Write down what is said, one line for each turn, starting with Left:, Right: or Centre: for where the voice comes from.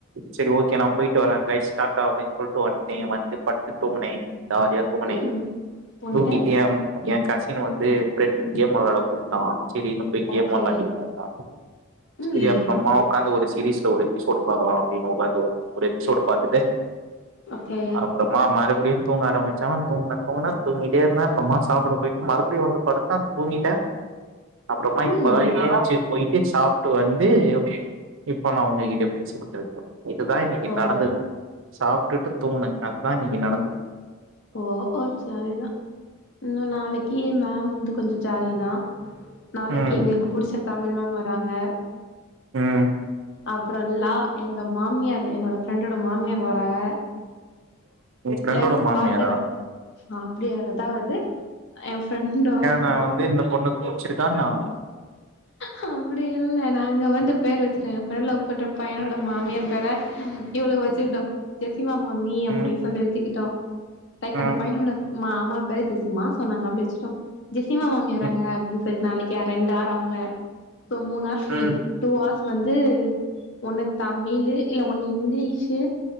Right: சேரி ஒ ஓ கே நா போயிட்டு வாரே கய்ஸ் டாட்டா அப்டின் சொல்ட்டு வன்ட்டே வந்து படுத்து துங்குனோ ஜாலியா போகனை
Left: ம் உங்கிட்ட
Right: தூங்கிட்டி யம் எ கசின் வந்து ஃப்ரெண்ட் கேம் வெளாட கூப்டா சேரின்னு போய் கேம்
Left: ஓகே
Right: வெளாடிட்டு பாத்தா
Left: ம்
Right: சேரி அப்றோமாவ் ஒக்காந்து ஒரு சீரிஸ்ல ஒரு எபிசோடு பாக்கலா அப்டினு ஒக்காந்தோ ஒரு எபிசோடு பாத்துட்டு
Left: ஓகே
Right: அனுப்புறம் மா மறுபடியு தூங்க ஆரம்பிச்ச தூங்குன தூங்குன தூங்கிட்டே இருந்தா அப்றோமா சாப்ட போயிட்டு மறுபடியு வந்து படுத் <unintelligible> தூங்கிட்ட அப்றோமா
Left: ம்
Right: இப்பதா ஏஞ்சு போயிட்டு சாப்ட்டு வந்து இப்ப நா உங்ககிட்ட பேசிட்ருக்க இதுதா இன்னிக்கு
Left: ஓ
Right: நடந்தது சாப்டுட்டு தூங்குனே அதா இன்னிக்கு நடந்தது
Left: ஓ ஓ ஜாலிதா இன்னுர் நாளைக்கு மேம் வந்து கொஞ்சோ ஜாலி தா நாளைக்கு
Right: ம்,
Left: எங்குளுக்கு புடிச்ச தமிழ் மேம் வராங்க
Right: ம்.
Left: அப்பறோல்லா எங்க மாமியார் என்னோட ஃப்ரெண்டோட மாமியார் வராக
Right: உன் ஃப்ரெண்டோட
Left: லைக்
Right: மாமியாரா?
Left: பாகத் அ அப்புடியா அதாவது எ ஃப்ரெண்டோ
Right: நா வந்து இந்த பொண்ணுக் புட்ச்சுருக்கா ணா
Left: ஹப்புடி இல்ல நாங்க வந்து பேர் வெச் எ ஃப்ரெண்ட் லவ் பண்ற பையனோட மாமியார் பேர இவளுக் வெச்சுக்ட்டோ ஜெசிமா மாமி அப்புடின்
Right: ம்,
Left: சொல்லி வெச்சுக்கிட்டோ லைக்
Right: ம்,
Left: அந்த பையனோட மாமா பேரு ஜெசிம்மா சொன்னாங்க அப்புடி வெச்சுட்டோ ஜெசிமா மாமி வராங்க
Right: ம்,
Left: அப்டின் சொல்ட் நாளைக் யா ரெண்டார் அவுங்க சோ மூண் ஆர் ஃப்ரீ
Right: ம்,
Left: டூ ஹார்ஸ் வந்து ஒண்ணு தமிலு இல்ல ஒண்ணு இங்கிலீசு